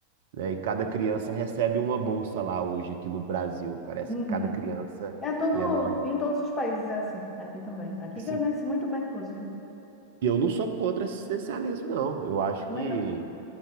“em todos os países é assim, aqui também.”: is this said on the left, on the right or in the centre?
Left